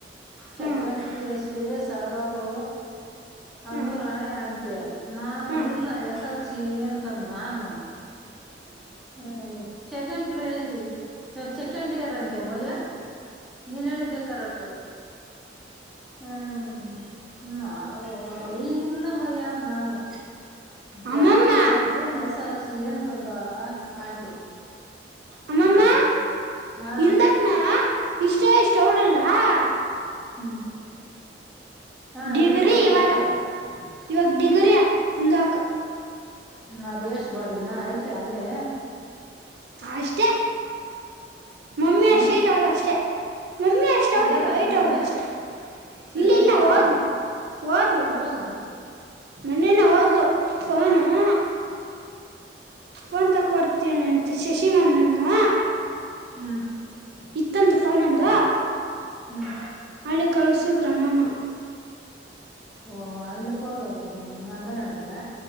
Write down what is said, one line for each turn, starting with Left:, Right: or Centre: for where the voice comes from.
Centre: ಸೆಕೆಂಡಂಡ
Right: ಹ್ಮ್
Centre: ಪಿ ಎಸ್ ಶಷಾಗ ಹಲೋ
Right: ಹ್ಮ್
Centre: ಅಂದು ರಾಣೆ ಆಂಟಿ ನಾನು
Right: ಹ್ಮ್
Centre: ಇಲ್ಲ ಎಸ ಚಿ ಅಂತ ನಾನು ಹ್ಮ ಸೆಕ್ ಪ್ಲೇಸ್ ಸೆಕೆಂಡ್ ಇಯರ್ ಅಂತಂತೆಮ್ಮಯ್ಯ ನೀನ್ ಹೇಳಿದ್ದೆ ಕರಟು ಹ್ಮ್ ನಾವು ಇಲ್ಲ ಮಯ್ಯ ನಾನು
Right: ಅಮ್ಮಮ್ಮ
Centre: ಜಾನು ಬಂದು ಹೆಸಲ್ ಸಿ ಎಂತಂದಾ ಆಂಟಿ
Right: ಅಮ್ಮಮ್ಮ
Centre: ಹ್ಮ್ ಹಾ
Right: ಇಂದಕ್ ನ ಇಷ್ಟ ೇ ಸ್ಟೋಲಲ್ಲಾ <inaudible>
Centre: ಹ್ಮ್ ಹಾ
Right: ಡಿಗ್ರಿ
Centre: ಹಂದು
Right: ಇವಾಗ
Centre: ಏಳು
Right: ಇವಾಗ ಡಿಗರಿಯ ಮುಂದ ಅಕ
Centre: ಹ್ಮ ಅದ್ ಎಷ್ಟ ಬಾಡಿನ ಆಯ್ತಾ ಅಲ್ಲೇ
Right: ಅಷ್ಟೆ ಮಮ್ಮಿ
Centre: ಹ್ಮ್
Right: ಅಷ್ಟೇ ಟ್ ಅವಳು ಅಷ್ಟೇ ಮಮ್ಮಿ ಅಷ್ಟವ
Centre: ಇದ್ದಾಳ ಅಲ್ಲೇ
Right: ಐಟವಣ ಅಷ್ಟೆ
Centre: ಸರಿ
Right: ಇಲ್ಲ ಇಲ್ಲ
Centre: ಇದ್ದಾಳ
Right: ಓದ್ಲು ಓದ್ಲು
Centre: ಯಾವಾಗ
Right: ಮೊನೇನ ಹೋದ್ಲು ಹಾ ಫೋನ್ ತಗೊಡ್ತೀನ ಅಂತ ಶಶಿಮಮನನ್ನು
Centre: ಹ್ಮ್
Right: ಇತ್ತಂತ ಫೋನ್ಂದು
Centre: ಹ್ಮ್
Right: ಅಲ್ಲಿಿ ಕಳ್ಸುದ್ರ ಮಾಮ
Centre: ಓಹ ಅಲ್ಲಕ್ಕೆ ಹೋಗವಳು ಮನ್ಗನಾಡಕ